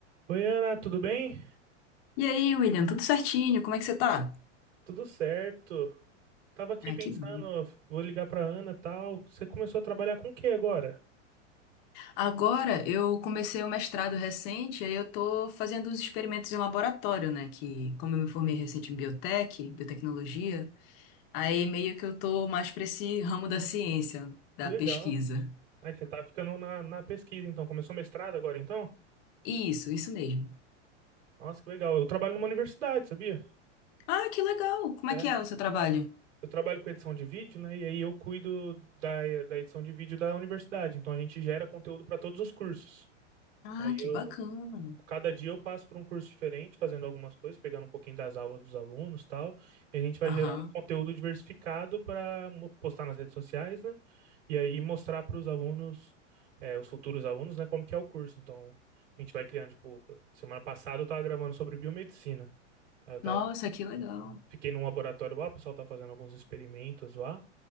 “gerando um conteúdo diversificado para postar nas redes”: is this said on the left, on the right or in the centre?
Right